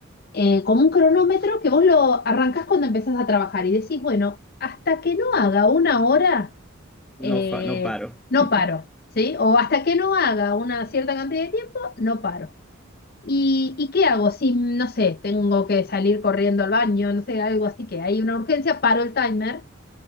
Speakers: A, on the left; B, in the centre.
A: eh, como un cronómetro que vos lo arrancás cuando empezás a trabajar y decís, bueno, hasta que no haga una hora,
B: No,
A: eh,
B: fa- no paro.
A: no
B: <laughs>
A: paro, ¿sí? O hasta que no haga una cierta cantidad de tiempo, no paro. ¿Y, y qué hago? Si, no sé, tengo que salir corriendo al baño, no sé, algo así que hay una urgencia, paro el timer